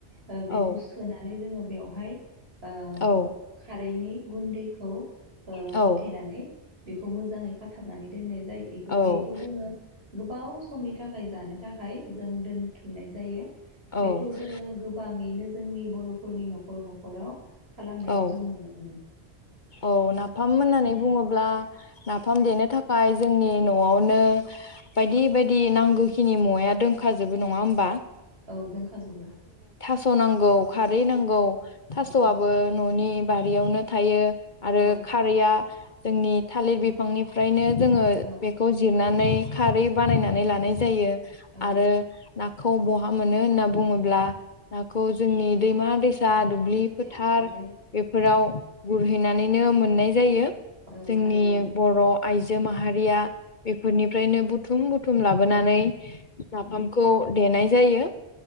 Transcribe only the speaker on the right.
ओ
बेखौ सोनानै जोङो बेयाव हाय ओ
खारैनि गुन्दैखौ। ओ
होथेनानै। बेखौ मोजाङै खाथाबनानै दोननाय जाय
बेखौ जोङो। गोबाव समनि थाखाय जानो थाखाय जों दोनथुमनाय जायो।
बेखौ जोङो गोबाङैनो जोंनि बर'फोरनि न'खर न'खराव। खालामनायखौ
जों नुनो मोनो।
बेखिनियानो
औ जोंखाजोबो।
औ
औ
औ
औ
दैसायाव
मोननाय
जायो औ
थारैनो
उम